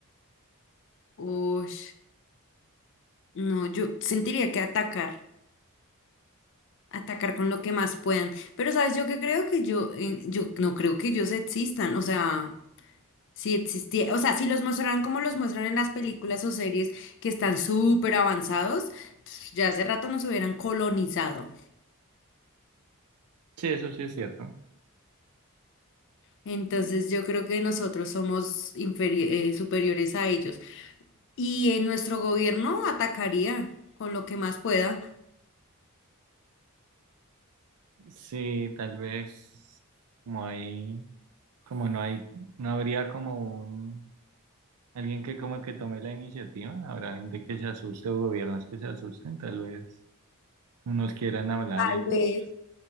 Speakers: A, on the left; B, on the right.
A: Uy, no, yo sentiría que atacar, atacar con lo que más puedan. Pero sabes, yo que creo que yo, eh, yo no creo que ellos existan. O sea. si existía, o sea, si los mostraran como los muestran en las películas o series que están súper avanzados, pf, ya hace rato nos hubieran colonizado.
B: Sí, eso sí es cierto.
A: Entonces yo creo que nosotros somos inferi- eh, superiores a ellos. Y en nuestro gobierno atacaría con lo que más pueda.
B: Sí, tal vez como hay como no hay, no habría como un, alguien que como que tome la iniciativa, habrá gente que se asuste o gobiernos que se asusten, tal vez unos quieran hablar
A: Tal
B: y otros
A: vez.